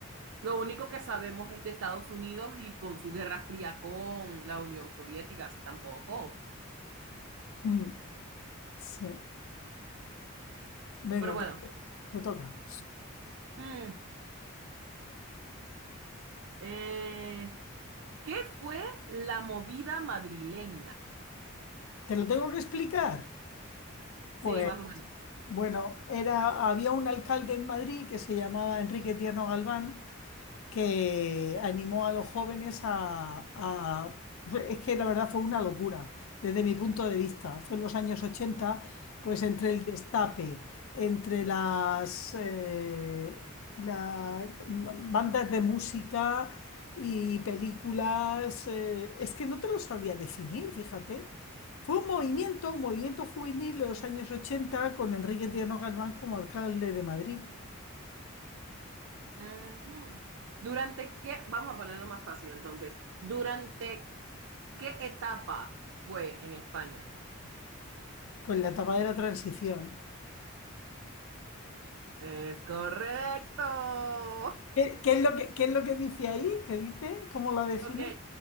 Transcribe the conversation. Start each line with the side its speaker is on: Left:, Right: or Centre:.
Right: lo único que sabemos es de Estados Unidos y con su guerra fría con la Unión Soviética, así tampoco.
Left: Mm, sí. Venga,
Right: Pero bueno,
Left: te, te toca.
Right: mm, eh, ¿qué fue la movida madrileña?
Left: ¿Te lo tengo que explicar?
Right: Sí,
Left: Pues
Right: más o menos.
Left: bueno, era, había un alcalde en Madrid que se llamaba Enrique Tierno Galván que animó a los jóvenes a, a- Es que la verdad fue una locura, desde mi punto de vista. Fue en los años 80 pues entre el destape, entre las eh, la- bandas de música y películas, eh, es que no te lo sabría definir, fíjate. Fue un movimiento, un movimiento juvenil de los años 80 con Enrique Tierno Galván como alcalde de Madrid,
Right: Ujú. ¿Durante qué? Vamos a ponerlo más fácil entonces. ¿Durante qué etapa fue en España?
Left: pues la etapa de la transición.
Right: Es correcto.
Left: ¿Qué, qué es lo que, qué es lo que dice ahí? ¿Qué dice? ¿Cómo lo define?
Right: Ok.